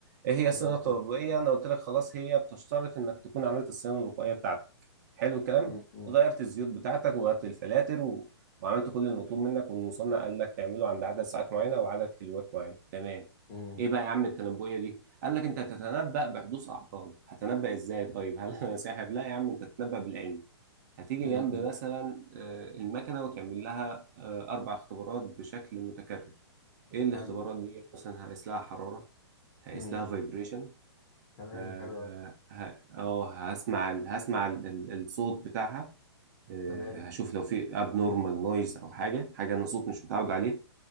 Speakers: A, on the right (about 40°); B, on the left (about 30°).
A: ايه هي الصيانه
B: امم
A: التنبؤيه؟ انا قلت لك خلاص هي بتشترط انك تكون عملت الصيانه الوقائيه بتاعتك. حلو الكلام؟
B: امم امم
A: غيرت الزيوت بتاعتك وغيرت الفلاتر و... وعملت كل المطلوب منك والمصنع قال لك تعمله عند عدد ساعات معينه وعدد كيلوات معين. تمام.
B: امم
A: ايه بقى يا عم التنبؤيه دي؟ قال لك انت هتتنبأ بحدوث اعطال هتنبأ ازاي طيب هل انا ساحر لا يا عم انت تتنبأ بالعلم هتيجي
B: امم
A: جنب
B: امم.
A: مثلا آه، المكنه وتعمل لها آه، اربع اختبارات بشكل متكرر ايه الاختبارات
B: حلو
A: دي مثلا هقيس لها حراره هقيس
B: امم
A: لها فايبريشن
B: تمام
A: اه
B: حلو قوي
A: ه- آه، هسمع ال- هسمع ال- ال- الصوت بتاعها آه،
B: تمام
A: هشوف لو في اب نورمال نويز او حاجه حاجه انا صوت مش متعود عليه